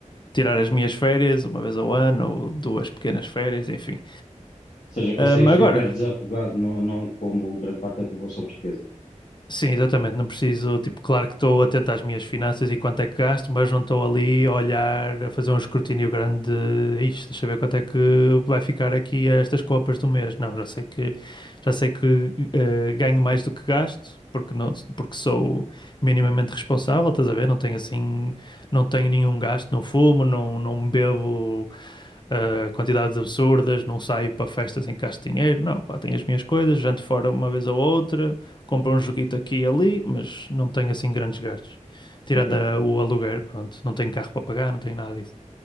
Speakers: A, on the left; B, on the left.
A: tirar as minhas férias uma vez ao ano ou duas pequenas férias, enfim.
B: seja, consegues
A: Um, agora.
B: viver desafogado, não, não como grande parte da população portuguesa.
A: Sim, exatamente. Não preciso, tipo, claro que estou atento às minhas finanças e quanto é que gasto, mas não estou ali a olhar, a fazer um escrutínio grande. Isto, deixa eu ver quanto é que vai ficar aqui estas compras do mês. Não, já sei que já sei que eh, ganho mais do que gasto, porque não, porque sou minimamente responsável, estás a ver? Não tenho assim, não tenho nenhum gasto, não fumo, não, não bebo ah, quantidades absurdas, não saio para festas em que gasto dinheiro, não, pá, tenho as minhas coisas, janto fora uma vez ou outra, compro um joguito aqui e ali, mas não tenho assim grandes gastos. Tirando
B: Ok.
A: ah, o aluguer, pronto, não tenho carro para pagar, não tenho nada disso.